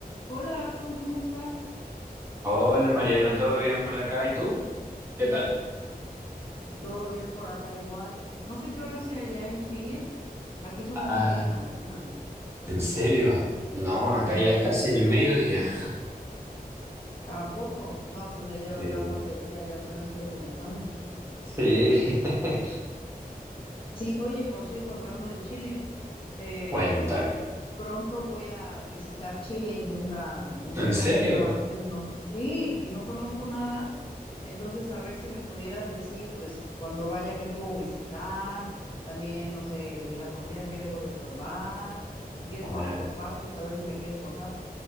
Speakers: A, on the left (about 35°); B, on the right (about 15°).
A: Hola, Adson, ¿cómo estás?
B: Hola Mariana, ¿todo bien por acá? ¿Y tú? ¿Qué tal?
A: Todo bien por acá igual. No sé qué hora sea allá en Chile. Aquí son las
B: Ah,
A: nueve de la mañana.
B: ¿en serio? No, acá
A: Ajá.
B: ya es casi el mediodía.
A: ¿A poco? No, pues ya llevas
B: Eh,
A: gran parte del día, yo apenas estoy comenzando.
B: Sí. <laughs>
A: Sí, oye, por cierto, hablando de Chile, eh,
B: cuéntame.
A: Pronto voy a visitar Chile y nunca, nunca
B: ¿En serio?
A: he ido antes. No, sí, y no conozco nada. Entonces, a ver si me pudieras decir, pues, cuando vaya, qué puedo visitar, también, no sé, de la comida, qué debo de probar. Si quieres,
B: Ah,
A: vamos por partes, a ver si me quieres contar.